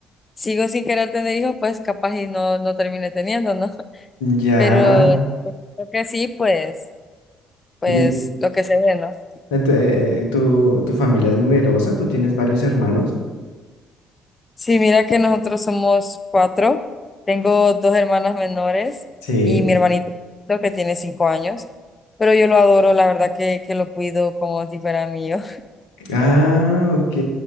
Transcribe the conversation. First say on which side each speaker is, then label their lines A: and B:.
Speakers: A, on the left (about 30°); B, on the left (about 75°).
A: sigo sin querer tener hijos, pues capaz y no, no termine teniendo, ¿no?
B: Ya.
A: Pero creo que sí, pues, pues
B: y-
A: lo que se ve, ¿no?
B: Ent- eh, eh, ¿tu, tu familia es numerosa? ¿Tú tienes varios hermanos?
A: Sí, mira que nosotros somos cuatro. Tengo dos hermanas menores
B: Sí.
A: y mi hermanito lo que tiene cinco años. Pero yo lo adoro, la verdad que, que lo cuido como si fuera mío. <laughs>
B: Ah, ok.